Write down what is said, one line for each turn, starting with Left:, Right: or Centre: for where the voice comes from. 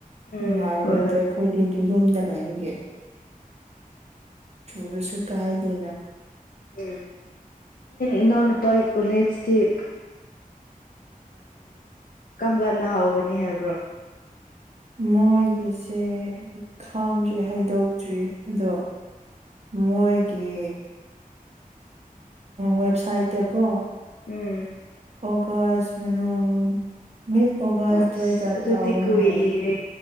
Left: ꯍꯣꯏ
Right: ꯅꯨꯡꯉꯥꯏꯔꯣꯏꯗꯣ
Left: ꯍꯣꯏ
Right: ꯑꯩꯈꯣꯏꯗꯤ ꯌꯨꯝꯗ ꯂꯩꯕꯒꯤ ꯆꯨꯔꯁꯨ ꯀꯥꯏꯗꯦꯅ
Left: ꯎꯝ ꯅꯣꯏ ꯅꯨꯄꯥꯏ ꯀꯣꯂꯦꯒꯇꯤ ꯑ ꯀꯔꯝ ꯀꯥꯟꯗ ꯍꯥꯎꯒꯅꯤ ꯍꯥꯏꯕ꯭ꯔꯣ
Right: ꯃꯣꯏꯒꯤꯁꯦ ꯈꯥꯡꯗ꯭ꯔꯤ ꯍꯥꯏꯗꯣꯛꯇ꯭ꯔꯤ ꯑꯗꯣ ꯃꯣꯏꯒꯤ ꯋꯦꯕꯁꯥꯏꯠꯇꯀꯣ
Left: ꯎꯝ
Right: ꯑꯣꯒꯥꯖ ꯃꯅꯨꯡ ꯃꯤꯁ ꯑꯣꯒꯥꯁ
Left: ꯑꯁ
Right: ꯖꯋꯥꯗ
Left: ꯑꯗꯨꯗꯤ
Right: ꯇꯥꯎꯒꯅꯤ
Left: ꯀꯨꯏꯔꯦ
Right: ꯍꯥꯏꯔ